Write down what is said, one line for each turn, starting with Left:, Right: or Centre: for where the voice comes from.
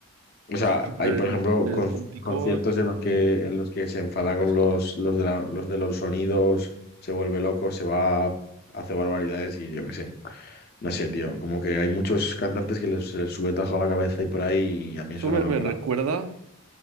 Left: O sea,
Right: súper
Left: hay, por ejemplo,
Right: eh,
Left: con-
Right: tóntico.
Left: conciertos en los que, en los que se enfada con
Right: es joder.
Left: los, los de la- los de los sonidos, se vuelve loco, se va, hace barbaridades y yo qué sé. No sé, tío, como que hay muchos cantantes que les, se les sube tajo a la cabeza y por ahí y a mí eso
Right: Eso me,
Left: no me
Right: me
Left: mola.
Right: recuerda.